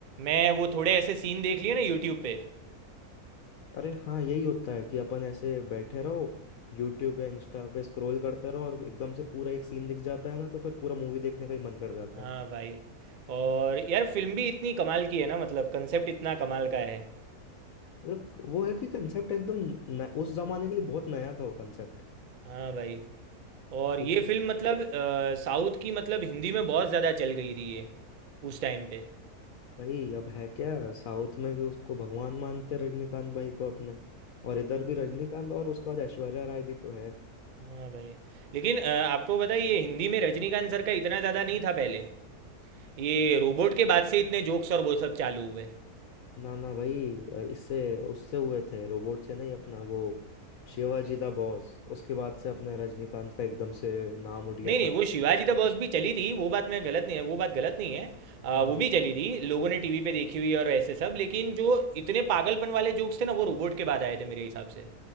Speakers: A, on the right; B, on the left.
A: मैं वो थोड़े ऐसे सीन देख लिए ना यूट्यूब पे
B: अरे हाँ यही होता है कि अपन ऐसे बैठे रहो यूट्यूब या इंस्टा पे स्क्रॉल करते रहो और एकदम से पूरा एक सीन दिख जाता है ना तो फिर पूरा मूवी देखने का ही मन कर जाता
A: हाँ
B: है
A: भाई और यार फिल्म भी इतनी कमाल की है ना मतलब कंसेप्ट इतना कमाल का है
B: मतलब वो है कि कंसेप्ट एकदम न, उस जमाने के लिए बहुत नया था वो कंसेप्ट
A: हाँ भाई और
B: कुछ
A: ये फिल्म मतलब अ, साउथ की मतलब हिंदी में बहुत ज़्यादा चल गई थी ये उस टाइम पे
B: भाई अब है क्या साउथ में भी उसको भगवान मानते हैं रजनीकांत भाई को अपने और इधर भी रजनीकांत और उसके बाद ऐश्वर्या राय भी तो है
A: हाँ भाई लेकिन अ, आपको पता है ये हिंदी में रजनीकांत सर का इतना ज़्यादा नहीं था पहले ये रोबोट के बाद से इतने जोक्स और वो सब चालू हुए
B: ना ना भाई अ, इससे उससे हुए थे रोबोट से नहीं अपना वो शिवाजी द बॉस उसके बाद से अपने रजनीकांत का एकदम से नाम उठ गया
A: नहीं नहीं
B: था
A: वो शिवाजी द बॉस भी चली थी वो बात मैं गलत नहीं है वो बात गलत नहीं है आ,
B: हम्म
A: वो भी चली थी लोगों ने टीवी पे देखी हुई और ऐसे सब लेकिन जो इतने पागलपन वाले जोक्स थे ना वो रोबोट के बाद आए थे मेरे हिसाब से